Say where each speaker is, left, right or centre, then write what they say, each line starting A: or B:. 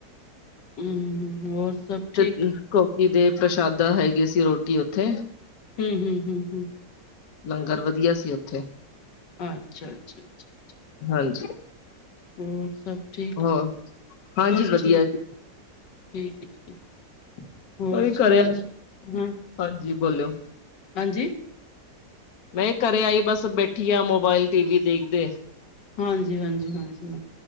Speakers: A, on the left; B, on the left.
A: ਹੂ ਹੋਰ ਸਭ ਠੀਕ?
B: ਤੇ ਕੋਕੀ ਦੇ ਪ੍ਰਸ਼ਾਦਾ ਹੈਗੇ ਸੀ, ਰੋਟੀ ਉੱਥੇ
A: ਹੂ ਹੂ ਹੂ ਹੂ
B: ਲੰਗਰ ਵਧੀਆ ਸੀ ਉੱਥੇ
A: ਅੱਛਾ ਅੱਛਾ ਅੱਛਾ
B: ਹਾਂਜੀ
A: ਹੋਰ, ਸਭ ਠੀਕ,
B: ਹੋਰ ਹਾਂਜੀ
A: ਬਸ
B: ਵਧੀਆ
A: ਠੀਕ
B: ਜੀ
A: ਠੀਕ ਠੀਕ, ਹੋਰ
B: ਉਹੀ
A: ਸਕੂਲਾਂ
B: ਕਰਿਆ
A: ਚ, ਹਾਂ
B: ਹਾਂਜੀ ਬੋਲੋ
A: ਹਾਂਜੀ
B: ਮੈਂ ਘਰੇ ਆਈ ਬਸ ਬੈਠੀ ਆ ਮੋਬਾਇਲ ਟੀ ਵੀ ਦੇਖਦੇ।
A: ਹਾਂਜੀ-ਹਾਂਜੀ-ਹਾਂਜੀ।